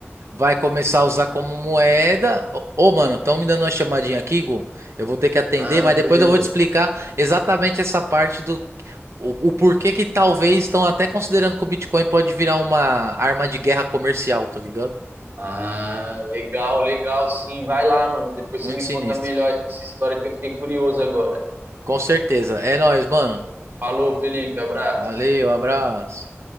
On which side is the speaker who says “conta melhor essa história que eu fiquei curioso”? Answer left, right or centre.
Right